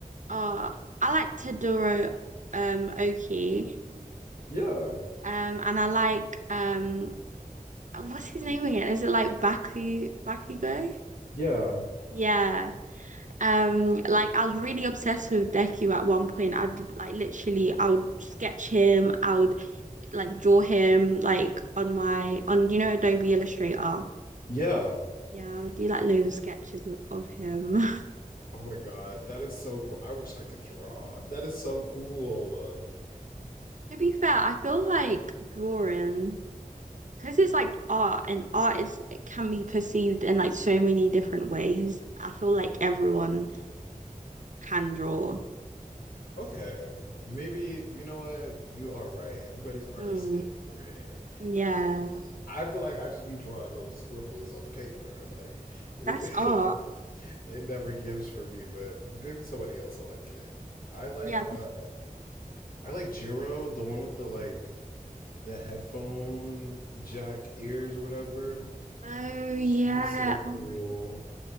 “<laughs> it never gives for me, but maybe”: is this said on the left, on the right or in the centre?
Left